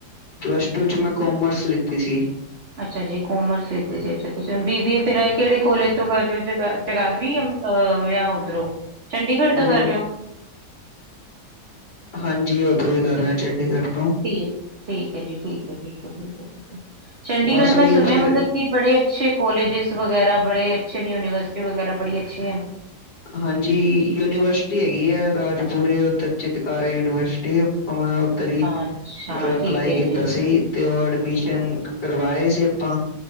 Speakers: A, on the left (about 75°); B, on the right (about 40°).
A: ਪਲੱਸ ਟੂ ਚ ਮੈਂ ਕੋਮਰਸ ਲਿੱਤੀ ਸੀ।
B: ਅੱਛਾ ਜੀ। ਕੋਮਰਸ ਵਿੱਚ ਅੱਛਾ-ਅੱਛਾ ਜੀ। ਤੁਸੀ ਬੀ ਬੀਏ ਫਿਰ ਕਿਹੜੇ ਕੋਲਜ ਤੋਂ ਕਰ ਰਓ ਜਗਾ ਜਗਾਦਰੀ ਜਾਂ ਆਹ ਉਧਰੋ ਚੰਡੀਗੜ੍ਹ ਤੋਂ
A: ਯਮ
B: ਕਰ ਰਹੇ ਹੋ।
A: ਹਾਂਜੀ, ਓਧਰੋਂ ਹੀ ਕਰ ਰਿਹਾ ਚੰਡੀਗੜ੍ਹ। ਤੋਂ
B: ਠੀਕ -ਠੀਕ ਐ ਜੀ, ਠੀਕ ਐ- ਠੀਕ ਐ, ਠੀਕ ਐ ਠੀਕ ਚੰਡੀਗੜ੍ਹ
A: ਬਸ ਉਹੀਓ
B: ਮੈਂ ਸੁਣਿਆ
A: ਫਿਰ
B: ਮਤਲਬ ਬੜੇ ਅੱਛੇ ਕੋਲਸ ਵਗੈਰਾ ਬੜੇ ਅੱਛੇ ਯੂਨੀਵਰਸਿਟੀ ਵਗੈਰਾ ਬੜੀ ਅੱਛੇ ਏ।
A: ਹਾਂਜੀ ਯੂਨੀਵਰਸਿਟੀ ਹੈਗੀ ਆ ਰਾਜਪੁਰੇ ਉੱਧਰ ਚਿਤਕਾਰਾ ਯੂਨੀਵਰਸਿਟੀ ਆਪਾ ਤੇਰੀ
B: ਅੱਛਾ
A: ਮਤਲਬ ਅਪਲਾਈ
B: ਠੀਕ ਹੈ
A: ਕੀਤਾ
B: ਜੀ
A: ਸੀ। ਤੇ ਉਹ ਐਡਮਿਸ਼ਨ ਕਰਵਾਏ ਸੀ ਆਪਾਂ